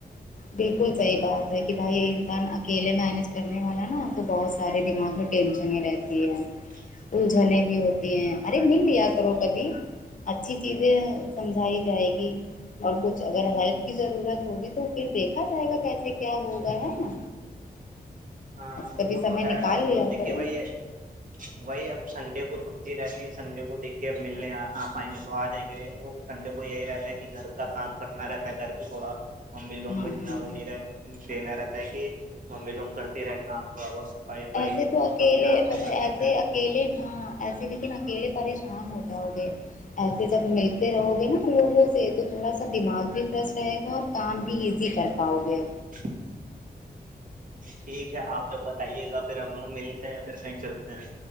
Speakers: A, on the left; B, on the right.
A: بالکل صحیح بات ہے کہ بھائی یہ انسان اکیلے مینج کرنے والا نا آپ کو بہت سارے دماغ میں ٹینشنیں رہتی ہے
B: <unintelligible>
A: الجھنےیں بھی ہوتی ہیں ارے مل لیا کرو کبھی اچھی چیزیں سمجھائی جائے گی اور کچھ اگر ہیلپ کی ضرورت ہوگی تو پھر دیکھا جائے گا کیسے کیا ہوگا ہے نا
B: ہاں
A: بس کبھی
B: وہ
A: سمے
B: تو ہے
A: نکال
B: اب
A: لیا
B: تو دیکھیے
A: کرو
B: بھائی ہے وہی اب سنڈے کو چھٹی رہتی ہے سنڈے کو دیکھیے اب ملنے آپ آئیں گے تو آ جائیں گے کنڈے کو یہی رہتا ہے کہ گھر کا کام کرنا رہتا ہے گھر کی تھوڑا ممی لوگوں
A: ہاں
B: کو اتنا
A: ہاں
B: وہ نہیں رہ دینا رہتا ہے کہ ممی لوگ کرتے رہے کام تھوڑا بہت س پھائی پائی
A: ایسے
B: خود
A: تو اکیلے
B: اپنے آپ سے
A: مطلب
B: کر
A: ایسے
B: دیتے ہیں
A: اکیلے ہاں ایسے لیکن اکلے پریشان ہو جاؤ گے ایسے جب ملتے رہو گے نا لوگوں سے تو تھوڑا سا دماغ بھی فریش رہے گا اور کام بھی ایزی کر پاؤ گے
B: <unintelligible> ٹھیک ہے آپ جب بتائیے گا پھر ہم لوگ ملتے ہیں پھر صیں چلتے ہیں